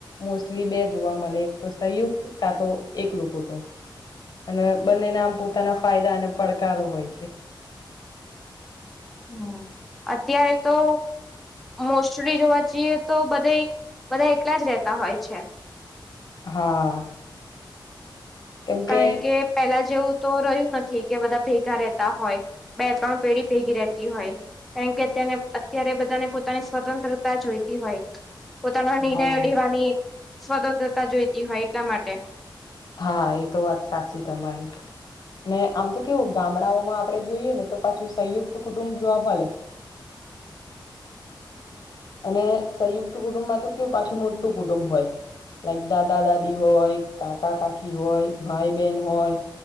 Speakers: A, on the left; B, in the centre.
A: મોસ્ટલી બે જોવા મળે એક તો સંયુક્ત કા તો એકલુ કુટુંબ અને બંને ના આમ પોતાના ફાયદા અને પડકારો હોય છે.
B: હમ અત્યારે તો મોસ્ટલી જોવા જઈએ તો બધા બધા એકલા જ રહેતા હોય છે.
A: હા. કેમકે
B: કારણ કે પેલા જેવું તો રહ્યું નથી કે બધા ભેગા રહેતા હોય બે ત્રણ પેઢી ભેગી રહેતી હોય કારણ કે અત્યાર અત્યારે બધાને પોતાની સ્વતંત્રતા જોઈતી હોય પોતાના નિર્ણયો
A: હા
B: લેવાની સ્વતંત્રતા જોઈતી હોય એટલા માટે
A: હા એ તો વાત સાચી તમારી ને આમ તો કેવું ગામડાઓમાં આપડે જોઈએ ને તો પાછું સંયુક્ત કુટુંબ જોવા મલે <inaudible> અને સંયુક્ત કુટુંબમાં તો કેવું પાછું મોટું કુટુંબ હોય. લાઈક દાદા દાદી હોય કાકા કાકી હોય ભાઈ બહેન હોય.